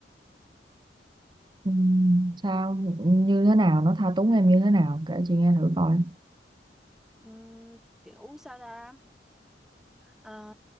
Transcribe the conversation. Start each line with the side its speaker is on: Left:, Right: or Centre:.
Right: Ừm, sao như thế nào nó tha túng em như thế nào kể chị nghe thử coi
Centre: Ừm, kiểu sao ra Ờ,